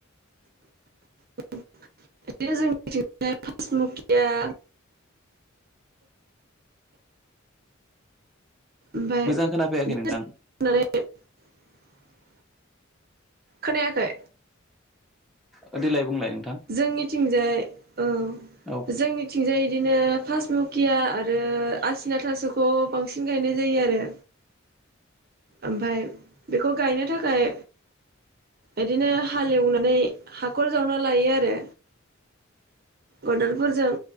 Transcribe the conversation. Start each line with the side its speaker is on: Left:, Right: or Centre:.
Right: <unintelligible> ओमफ्राय
Centre: मोजां खोनाफैयाखै नोंथां
Right: <unintelligible> खोनायाखै
Centre: ओ देलाय बुंलाय नोंथां
Right: जोंनिथिंजाय औ
Centre: औ
Right: जोंनिथिं थिंजाय बिदिनो पास नकिया आरो आसिना थास'खौ बांसिन गायनाय जायो आरो
Centre: <inaudible>
Right: ओमफाय बेखौ गायनो थाखाय इदिनो हालेवनानै हाखर जावना लायो आरो खदालफोरजों‌